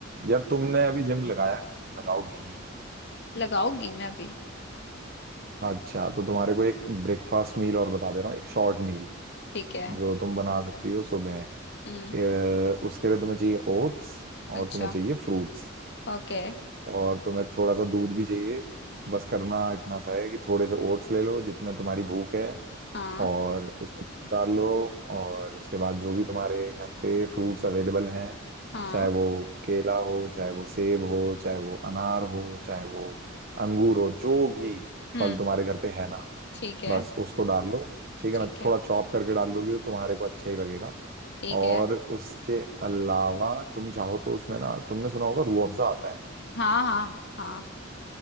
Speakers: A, on the right; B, on the left.
A: यार तुमने अभी जिम लगाया है लगाओगी
B: लगाऊंगी मैं अभी
A: अच्छा तो तुम्हारे को एक ब्रेकफास्ट मील और बता दे रहा हूँ एक शॉर्ट मील
B: ठीक है
A: जो तुम बना सकती हो सुबह
B: हम्म
A: अ, उसके लिए तुम्हें चाहिए ओट्स
B: अच्छा
A: और तुम्हें चाहिए फ्रूट्स
B: ओके
A: और तुम्हें थोड़ा सा दूध भी चाहिए बस करना इतना सा है कि थोड़े से ओट्स ले लो जितना तुम्हारी भूख है
B: हाँ
A: और उसमें दूध डाल लो और उसके बाद जो भी तुम्हारे घर पे फ्रूट्स अवेलेबल हैं
B: हाँ
A: चाहे वो केला हो चाहे वो सेब हो चाहे वो अनार हो चाहे वो अंगूर हो जो भी
B: हम्म
A: फल तुम्हारे घर पे है ना
B: ठीक है
A: बस उसको डाल लो ठीक
B: ठीक
A: है ना
B: है
A: थोड़ा चॉप करके डाल लोगी तो तुम्हारे को अच्छा ही लगेगा
B: ठीक
A: और
B: है
A: उसके अलावा तुम चाहो तो उसमें ना तुमने सुना होगा रूह अफ़ज़ा आता है
B: हाँ हाँ हाँ